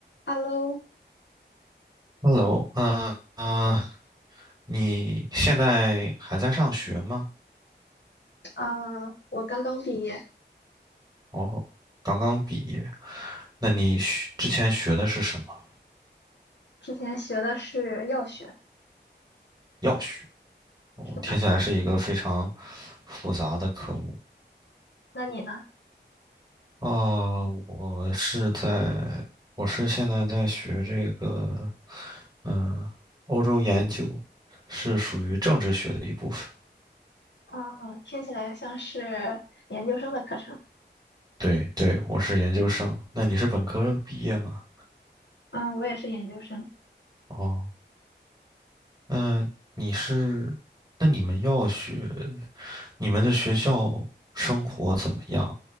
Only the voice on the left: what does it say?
Hello，
啊，我刚刚毕业，
之前学的是药学，
是的。
那你呢？
啊，听起来像是研究生的课程。
嗯，我也是研究生。